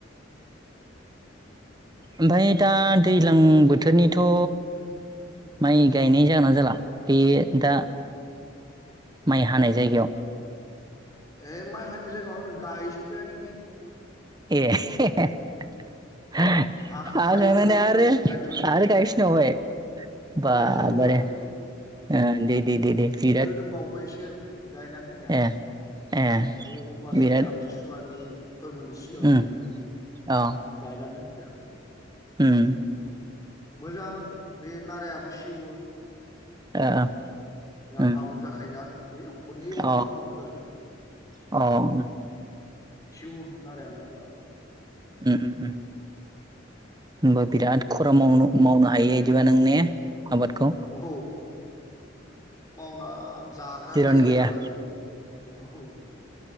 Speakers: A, on the right; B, on the left.
A: ओमफ्राय दा दैज्लां बोथोरनि थ' माइ गायनाय जागोना जाला बे दा माइ हानाय जायगायाव
B: ओ माइ हानि जायगायाव आंनो गायजोब्बायानो नै
A: ए हाखांनानै
B: हाखांबायबो
A: आरो
B: गायजोब्बायबो
A: गायफा बावबाय बा
B: गायफिनबावबाय
A: बारे ओ दे दे दे दे बिराद
B: रोदोम बावबायसो गायना दोननाया
A: ए ए
B: नै अमबासि
A: बिराद
B: आमथिसुवानि फोरबोनि सिगांनो
A: उम अ
B: गायना दोनजोबबाय आं
A: उम
B: मोजां बे नारायाबो सेवो
A: ओ
B: दा
A: उम
B: हाब्रु जाखायोना ए खननै एवबानो
A: अ
B: हाब्रु जाजोबो
A: उ, उम
B: सिउ नारायालाय मोजां
A: ओम ओ ओ होमबा बिराद खरा मावनो मावनो हायो बिदिबा नों ने आबादखौ
B: औ। मावना जाग्रा
A: जिरन
B: जाहैबाय
A: गैया
B: नालाय औ।